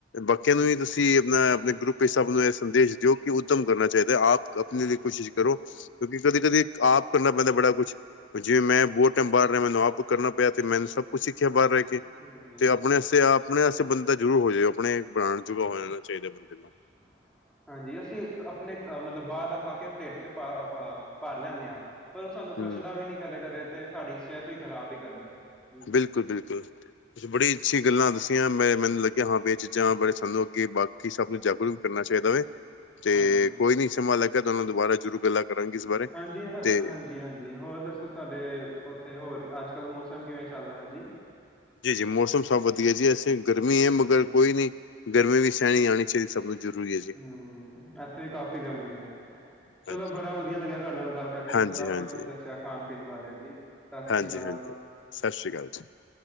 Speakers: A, on the left; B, in the centre.
A: ਬਾਕੀਆਂ
B: ਹਾਂਜੀ
A: ਨੂੰ ਵੀ ਦੱਸੀ ਜਾਦਾਂ ਆਪਣੇ ਗਰੁੱਪ ਸਭ ਨੂੰ ਇਹ ਸੰਦੇਸ਼ ਦਿਓ ਕਿ ਉੱਦਮ ਕਰਨਾ ਚਾਹੀਦਾ। ਆਪਣੇ
B: ਹਾਂਜੀ
A: ਲਈ ਕੋਸ਼ਿਸ਼ ਕਰੋ, ਕਿਉਂਕਿ ਕਦੇ-ਕਦੇ ਆਪ ਕਰਨਾ ਪੈਂਦਾ ਬੜਾ ਕੁਛ। ਜੇ ਮੈਂ ਬਹਤ ਟਾਈਮ ਬਾਹਰ ਰਿਹਾ ਮੈਨੂੰ ਆਪ ਕਰਨਾ ਪਿਆ ਤੇ ਮੈਨੂੰ ਸਭ ਕੁਛ ਸਿੱਖਿਆ ਬਾਹਰ ਰਹਿ ਕੇ
B: ਹਾਂਜੀ
A: ਤੇ ਆਪਣੇਸ ਆਪਣੇਸ ਬੰਦਾ ਜ਼ਰੂਰ ਹੋ ਜਾ ਆਪਣੇ ਬਣਾਣ ਜੁਗਾ ਹੋ ਜਾਣਾ ਚਾਹੀਦਾ ਬੰਦੇ ਨੂੰ।
B: <inaudible> ਹਾਂਜੀ, ਅਸੀਂ ਆਪਣੇ ਅ ਮਤਲਬ ਬਾਹਰ ਦਾ ਖਾ ਕੇ ਢਿੱਡ ਪ-ਪ ਭਰ ਲੈਂਨੇ ਆ। ਪਰ ਉਹ ਸਾਨੂੰ ਪਚਦਾ
A: ਹੂੰ
B: ਵੀ ਨੀ ਕਦੇ-ਕਦੇ ਤੇ ਸਾਡੀ ਸਿਹਤ ਵੀ ਖ਼ਰਾਬ ਵੀ ਕਰਦਾ। ਜੀ
A: ਬਿਲਕੁਲ-ਬਿਲਕੁਲ। ਤੁਸੀਂ ਬੜੀ ਅੱਛੀ ਗੱਲਾਂ ਦੱਸੀਆਂ ਮੈਂ ਮੈਨੂੰ ਲੱਗਿਆ ਹਾਂ ਵੀ ਇਹ ਚੀਜ਼ ਜਾਂ ਬੜੇ ਸਾਨੂੰ ਅੱਗੇ ਬਾਕੀ ਸਭ ਨੂੰ ਜਾਗਰੂਕ ਵੀ ਕਰਨਾ ਚਾਹੀਦਾ ਤੇ
B: ਹਾਂਜੀ
A: ਕੋਈ ਨੀ ਸੰਭਾਲ ਕਿ ਤੁਹਾਨੂੰ ਦੁਬਾਰਾ ਸ਼ੁਰੂ ਗੱਲਾਂ। ਕਰਾਂਗੇ ਇਸ ਬਾਰੇ
B: ਹਾਂਜੀ-ਹ,
A: ਤੇ
B: ਹਾਂਜੀ-ਹਾਂਜੀ ਹੋਰ ਦੱਸੋ। ਤੁਹਾਡੇ ਉੱਥੇ ਹੋਰ ਅੱਜ-ਕੱਲ੍ਹ ਮੌਸਮ ਕਿਵੇਂ ਚੱਲਦਾ ਜੀ।
A: ਜੀ, ਜੀ ਮੌਸਮ ਸਭ ਵਧੀਆ ਜੀ ਇਸ ਤੇ ਗਰਮੀ ਏ ਮਗਰ
B: ਹਾਂਜੀ
A: ਕੋਈ ਨੀ, ਗਰਮੀ ਵੀ ਸਹਿਣੀ ਆਣੀ ਚਾਹੀਦੀ। ਸਭ ਨੂੰ ਜ਼ਰੂਰੀ ਏ ਜੀ।
B: ਹੂੰ ਇੱਥੇ ਵੀ ਕਾਫੀ ਗਰਮੀ ਏ, ਚਲੋ
A: ਹਾਂਜੀ
B: ਬੜਾ ਵਧੀਆ ਲੱਗਿਆ ਤੁਹਾਡੇ ਨਾਲ ਗੱਲ ਕਰਕੇ ਤੁਸੀਂ
A: ਹਾਂਜੀ
B: ਕਾਫੀ
A: ਹਾਂਜੀ
B: ਕੁਛ ਦੱਸਿਆ ਖਾਣ ਪੀਣ ਬਾਰੇ ਜੀ। ਸਾਸਰੀ
A: ਹਾਂਜੀ
B: ਕਾਲ
A: ਹਾਂਜੀ ਸਤਿ ਸ਼੍ਰੀ ਅਕਾਲ ਜੀ